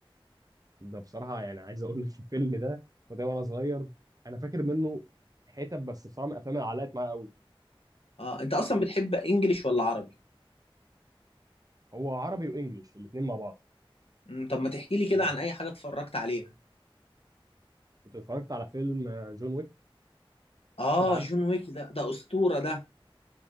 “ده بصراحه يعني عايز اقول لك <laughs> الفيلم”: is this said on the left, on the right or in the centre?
Right